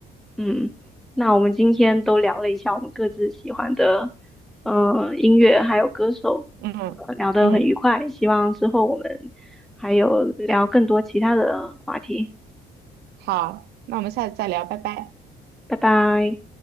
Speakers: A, in the centre; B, on the right.
A: 嗯，那我们今天都聊了一下我们各自喜欢的，呃，音乐还有歌手，
B: 嗯嗯，
A: 呃聊得很愉快。希望之后我们还有聊更多其他的话题。
B: 好，那我们下次再聊，拜拜。
A: 拜拜。